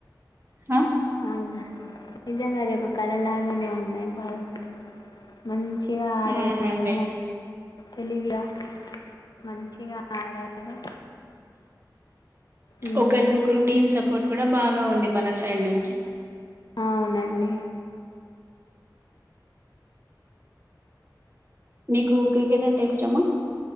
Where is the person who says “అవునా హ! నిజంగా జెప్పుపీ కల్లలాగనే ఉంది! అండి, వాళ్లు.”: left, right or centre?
Left